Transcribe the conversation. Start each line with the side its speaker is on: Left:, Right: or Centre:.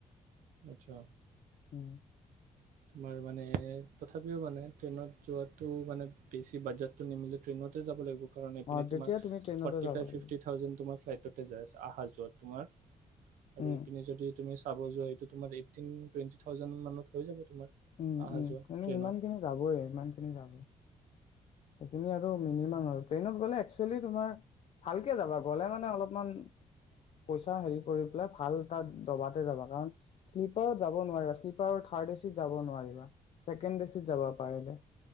Right: আচ্ছা
Left: উম
Right: তোমাৰ মানে, তথাপিও মানে ট্ৰেইনত যোৱাটো মানে বেছি বাজেটো নিমিলে ট্ৰেইনতে যাব লাগিব। এইটো কাৰণে এইপিনে
Left: অ তেতিয়া
Right: তোমাৰ
Left: তুমি ট্ৰেইনতে
Right: ফৰটি
Left: যাব
Right: ফাইফ
Left: লাগিব
Right: ফিটি ‌থাওজেন তোমাৰ ফ্লাইটটে যায় আছে। অহা যোৱা তোমাৰ আৰু
Left: উম
Right: এইপিনে যদি তুমি চাব যোৱা এইটো তোমাৰ এত দেন টুৱেন্টি থাউজেণ্ড মানত হৈ যাব। তোমাৰ।
Left: উম,
Right: আহা
Left: উম
Right: যোৱা
Left: অ
Right: ট্ৰেইনত
Left: ইমান খিনি যাবই ইমান খিনি যাবই সেইখিনি আৰু মিনিমাম আৰু ট্ৰেইনত গলে একচুৱেলি তোমাৰ ভালকে যাবা গলে, মানে অলপমান পইচা হেৰি কৰি পেলাই ভাল এটা দবাতে যাবা, কাৰণ শ্লিপাৰত যাব নোৱাৰে, শ্লিপাৰত থাড এচিত যাব নোৱাৰিবা ছেকেণ্ড এচিত যাবা পাৰিলে।